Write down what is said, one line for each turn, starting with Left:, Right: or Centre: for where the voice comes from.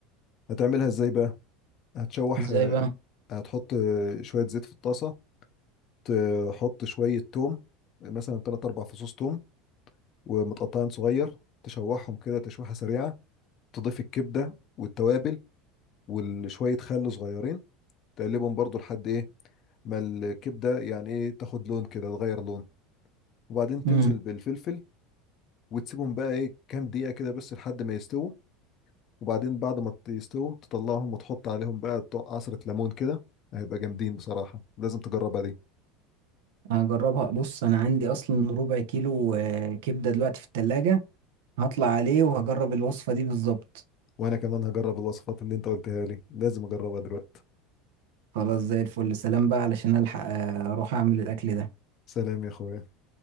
Left: هتعملها ازاي بقى هتشوح
Right: ازاي
Left: آه،
Right: بقى؟
Left: هتحط آه، شوية زيت في الطاسة تحط شوية توم مثلا تلات أربع فصوص توم ومتقطعين صغير تشوحهم كده تشويحة سريعة تضيف الكبدة والتوابل وشوية خل صغيرين تقلبهم برضو لحد ايه ما الكبده يعني ايه تاخد لون كده تغير لون وبعدين تنزل
Right: مم.
Left: بالفلفل وتسيبهم بقى ايه كام دقيقه كده بس لحد ما يستووا وبعدين بعد ما يستووا تطلعهم وتحط عليهم بقى ط- عصره ليمون كده هيبقى جامدين بصراحه لازم تجربها دي
Right: هجربها بص انا عندي اصلا ربع كيلو آه، كبدة دلوقتي في التلاجة هطلع عليه وهجرب الوصفة دي بالظبط
Left: وانا كمان هجرب الوصفات اللي انت قلتها لي لازم اجربها دلوقتي
Right: خلاص زي الفل سلام بقى علشان الحق آه، اروح اعمل الاكل ده
Left: سلام يا اخويا